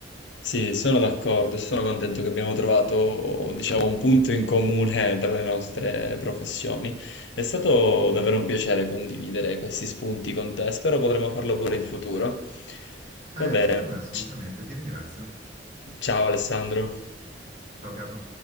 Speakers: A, on the left (about 80°); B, on the right (about 40°).
A: Sì, sono d'accordo, sono contento che abbiamo trovato, diciamo, un punto in comune tra le nostre professioni. È stato davvero un piacere condividere questi spunti con te, spero potremo farlo pure in futuro.
B: Eh,
A: Va
B: anche
A: bene.
B: per me, assolutamente.
A: ci-
B: Ti ringrazio.
A: Ciao Alessandro.
B: Ciao Carlo.